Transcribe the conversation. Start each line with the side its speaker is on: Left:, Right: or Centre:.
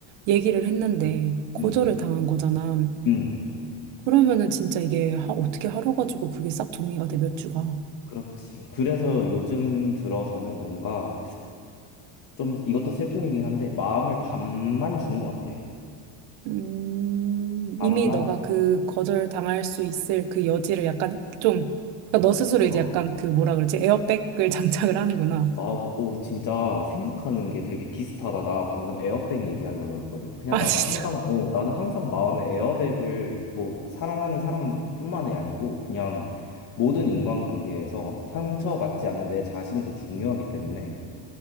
Right: 얘기를 했는데 거절을
Left: 음,
Right: 당한 거잖아.
Left: 음.
Right: 그러면은 진짜 이게 하- 어떻게 하루 가지고 그게 싹 정리가 돼, 몇 주가.
Left: 그렇지. 그래서 요즘 들어서는 뭔가 좀 이것도 슬픈 얘기긴 한데 마음을 반만 주는 것 같아.
Right: 음,
Left: 반만.
Right: 이미 너가 그 거절 당할 수 있을 그 여지를 약간 좀, 그러니까 너 스스로 이제
Left: 어.
Right: 약간 그 뭐라 그러지? 에어백을 <laughs> 장착을 하는구나.
Left: 아, 오, 진짜 생각하는 게 되게 비슷하다. 나 방금 에어백 얘기하려고 했거든. 그냥
Right: 아,
Left: 나는
Right: 진짜.
Left: 항상, 어, 나는 항상 마음에 에어백을 뭐 사랑하는 사람뿐만이 아니고 그냥 모든 인간관계에서 상처받지 않는 내 자신이 더 중요하기 때문에